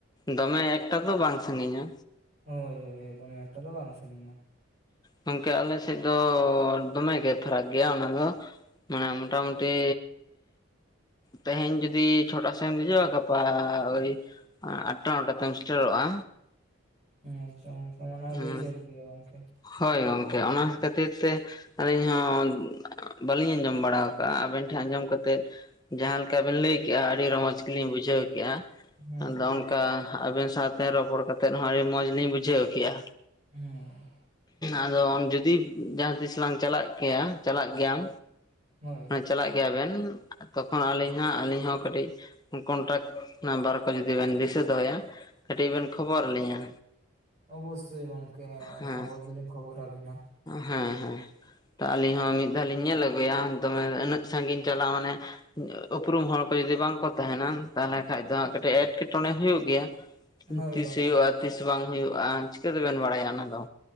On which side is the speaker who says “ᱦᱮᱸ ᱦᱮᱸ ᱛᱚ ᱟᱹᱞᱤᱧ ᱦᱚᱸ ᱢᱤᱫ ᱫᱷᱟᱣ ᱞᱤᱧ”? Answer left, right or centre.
Left